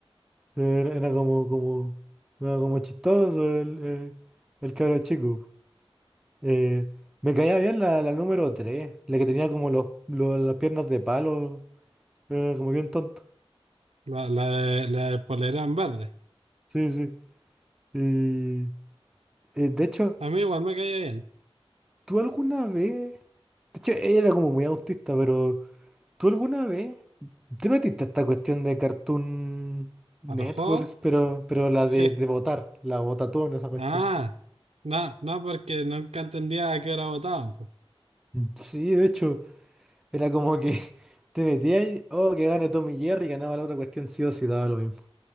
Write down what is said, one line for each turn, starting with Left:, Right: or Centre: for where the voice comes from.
Centre: Era, era como, como, era como chistoso el, eh, el cabro chico. Eh, me caía bien la, la número tres la que tenía como los, los- las piernas de palo, eh, como bien tonto.
Right: la, la, de- la del polerón verde.
Centre: Sí, sí. Y, eh, de hecho...
Right: A mí igual me caía bien.
Centre: ¿Tú alguna vez? De hecho, era como muy autista, pero ¿tú alguna vez te metiste a esta cuestión de Cartoon Networks,
Right: ¿A los juegos?
Centre: pero, pero la
Right: Sí.
Centre: de, de votar, la votatón, esa cuestión?
Right: Ah, no, no, porque nunca entendía a qué hora votaban, po.
Centre: Sí, de hecho, era como que <laughs> te metías, y, oh, que gane Tommy Jerry, ganaba la otra cuestión sí o sí, daba lo mismo.